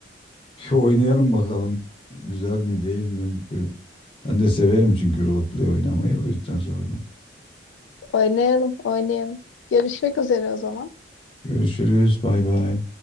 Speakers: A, on the left (about 25°); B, on the left (about 75°).
A: <laughs> bir oynayalım bakalım. Güzel mi değil mi? Bir- Ben de severim çünkü rol play oynamayı. O yüzden sordum.
B: Oynayalım, oynayalım. Görüşmek üzere o zaman.
A: Görüşürüz. Bay bay.